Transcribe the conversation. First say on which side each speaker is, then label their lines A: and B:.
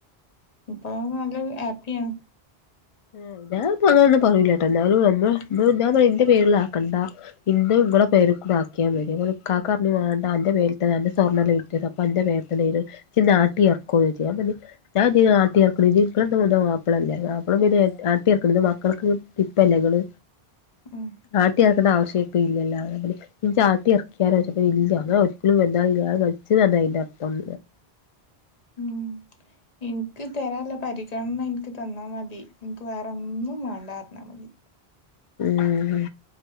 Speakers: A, on the left; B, on the left.
A: ഇപ്പ അവൻ നല്ല ഒരു ഹാപ്പിയാണ്
B: ആഹ് ഞാൻ ഇപ്പ അങ്ങനെ ഒന്നും പറയൂല ട്ട എന്നാലും നമ്മ <unintelligible> ഞാൻ പറയും എന്റെ പേരില് ആക്കണ്ട ഇന്ത് ഇങ്ങള പേരി കൂടെ ആക്കിയാന്ന് ഓര് അങ്ങനെ ഇക്കാക്ക പറഞ്ഞു വേണ്ടാ അന്റെ പേരിൽ തന്നെ അന്റെ സ്വർണ്ണല്ലേ അപ്പൊ അന്റെ <unintelligible> ഇച്ച് നാട്ടി ഓക്ക വരാ ഞാ പറഞ്ഞ ഞാന്തിനാ നാട്ടി <unintelligible> ജ്ജ് ഇപ്പള ഓൻ്റെ മാപ്പ്ളല്ലേ പിന്നെ ആട്ടിയർക്ക്ന്ന് മക്കൾക്ക് ഇപ്പല്ലെ ഇങ്ങള്
A: ഉം
B: ആട്ടി എറക്കണ്ട ആവശ്യപ്പില്ലല്ലോ ഇൻച്ചാട്ടി എറക്കിയച്ചേപ്പാ ഇല്ല അങ്ങ ഒരിക്കലും എന്താലും <unintelligible> അയിൻ്റെ അർത്ഥം
A: ഉം ഇൻക്ക് തരാനുള്ള പരിഗണന ഇൻക്ക് തന്നാ മതി. ഇൻക്ക് വേറെന്നും വേണ്ടന്നർഞ്ഞാമതി.
B: ഉമ്